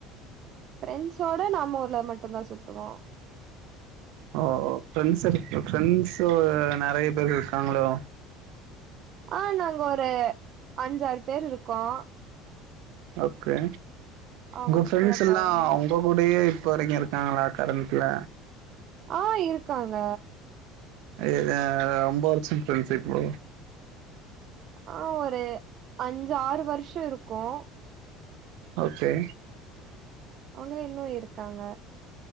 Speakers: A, on the right; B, on the right.
A: ஃப்ரெண்ட்ஸோட நம்ம ஊர்ல மட்டுதா சுத்துவோ
B: ஓ ஃப்ரெண்ட்ஸ் ஃப்ரெண்ட்ஸ் நிறைய பேர் இருக்காங்களோ
A: ஆஹ நாங்க ஒரு அஞ்சாறு பேர் இருக்கோம்
B: ஓகே
A: அவங்க
B: உங்க ப்ரெண்ஸ்
A: கூட
B: எல்லா
A: போவோ
B: உங்க கூடே இப்போ வரைக்கு இருக்காங்களா கரண்டல
A: ஆஹ் இருக்காங்க
B: எஎது ரொம்ப வருஷம் ப்ரெண்ட்சிப்பு
A: ஆஹ் ஒரு அஞ்சு ஆறு வருஷோ இருக்கும்
B: ஓகே
A: அவங்கள இன்ன இருக்காங்க